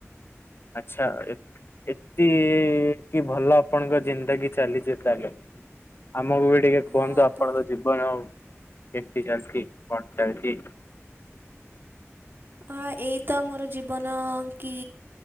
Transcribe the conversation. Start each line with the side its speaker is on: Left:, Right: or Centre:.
Left: ଆଚ୍ଛା ଏ ଏତି କି ଭଲ ଆପଣଙ୍କ ଜିନ୍ଦଗୀ ଚାଲିଛି ତାହେଲେ। ଆମକୁ ବି ଟିକେ
Right: ହଁ
Left: କୁହନ୍ତୁ ଆପଣଙ୍କ
Right: ପୁ
Left: ଜୀବନ ଆଉ କେମତି ଚାଲିଛି କଣ ଚାଲିଛି?
Right: ହଁ ଏଇ ତ ମୋର ଜୀବନ କି